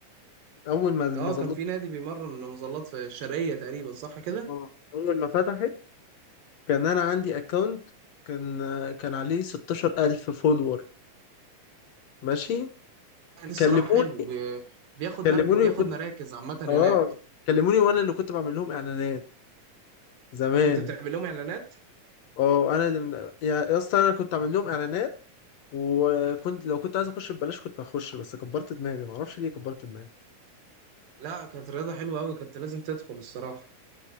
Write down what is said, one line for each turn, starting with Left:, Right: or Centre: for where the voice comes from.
Left: اول ما المظلات
Right: اه كان في نادي بيمرن مظلات في الشرقية تقريبا صح كده
Left: اه اول ما فتحت كان انا عندي اكونت كان كان عليه 16000 فولور ماشي
Right: كان الصراحة
Left: كلموني
Right: حلو بي- بياخد
Left: كلموني
Right: مرك... بياخد
Left: وكنت
Right: مراكز عامة هناك
Left: اه كلموني وانا اللي كنت بعمل لهم اعلانات زمان
Right: كنت بتعمل لهم اعلانات
Left: اه انا اللي من... يا يا اسطى انا كنت عامل لهم اعلانات وكنت لو كنت عايز اخش ببلاش كنت هخش بس كبرت دماغي معرفش ليه كبرت دماغي
Right: لا كانت رياضة حلوة قوي كنت لازم تدخل الصراحة